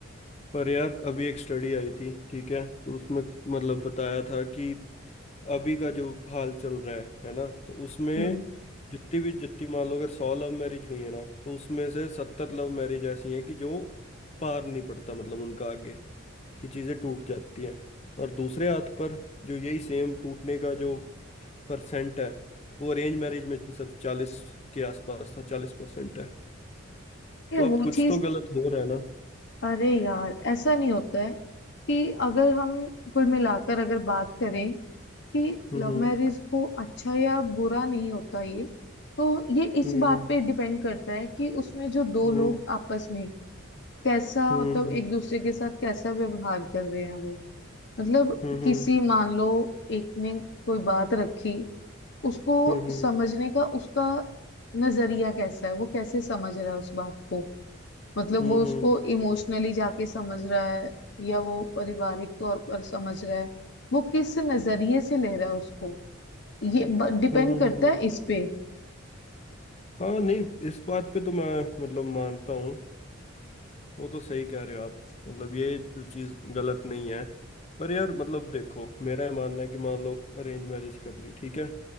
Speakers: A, on the left; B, on the left.
A: पर यार अभी एक स्टडी आई थी ठीक है तो उसमें मतलब बताया था कि अभी का जो हाल चल रहा है है ना तो उसमें
B: हम्म
A: जितनी भी जितनी मान लो अगर सौ लव मैरिज हुई है ना तो उसमें से सत्तर लव मैरिज ऐसी हैं कि जो पार नहीं पड़ता मतलब उनका आगे कि चीजें टूट जाती हैं और दूसरे हाथ पर जो यही सेम टूटने का जो परसेंट है वो अरेंज मैरिज में सिर्फ चालीस के आसपास था चालीस परसेंट है
B: यार
A: तो
B: वो
A: अब कुछ
B: चीज
A: तो गलत हो रहा है ना
B: अरे यार ऐसा नहीं होता है कि अगर हम कुल मिलाकर अगर बात करें कि
A: हम्म
B: लव
A: हम्म
B: मैरिज को अच्छा या बुरा नहीं होता ये तो ये इस
A: हम्म।
B: बात पे डिपेंड करता है कि उसमें जो दो
A: हम्म
B: लोग आपस में कैसा
A: हम्म
B: मतलब एक दूसरे के साथ कैसा व्यवहार कर रहे हैं वो मतलब
A: हम्म
B: किसी
A: हम्म
B: मान लो एक ने कोई बात रखी उसको
A: हम्म
B: समझने का उसका नजरिया कैसा है वो कैसे समझ रहा है उस बात को मतलब
A: हम्म
B: वो उसको इमोशनली जाके समझ रहा है या वो पारिवारिक तौर पर समझ रहा है वो किस नजरिए से ले रहा है उसको ये डिपेंड
A: हम्म
B: करता
A: हम्म
B: है इस पे
A: हाँ नहीं इस बात पे तो मैं मतलब मानता हूँ वो तो सही कह रहे हो आप मतलब ये तो चीज गलत नहीं है पर यार मतलब देखो मेरा ये मानना है कि मान लो अरेंज मैरिज कर ली ठीक है